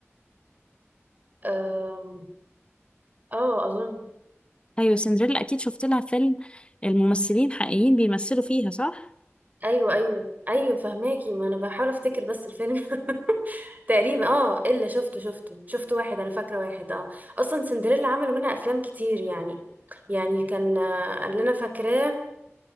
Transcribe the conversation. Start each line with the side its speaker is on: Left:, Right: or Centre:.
Right: أم، اه اظن
Left: ايوه سندريلا اكيد شفت لها فيلم الممثلين حقيقيين بيمثلوا فيها صح
Right: ايوه ايوه ايوه فهماكي ما انا بحاول افتكر بس الفيلم <laughs> تقريبا اه الا شفته شفته شفت واحد انا فاكره واحد اه اصلا سندريلا عملوا منها افلام كتير يعني يعني كان آه، اللي انا فاكراه